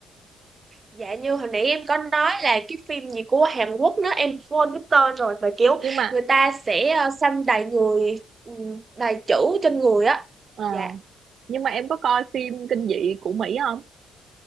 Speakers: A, on the right; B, on the right.
A: Dạ như hồi nãy em có nói là cái phim gì của Hàn Quốc nữa em quên cái tên rồi và kiểu
B: nhưng mà
A: người ta sẽ ờ, xăm đầy người ừm, đầy chữ trên người á
B: Ờ,
A: dạ
B: nhưng mà em có coi phim kinh dị của Mỹ không?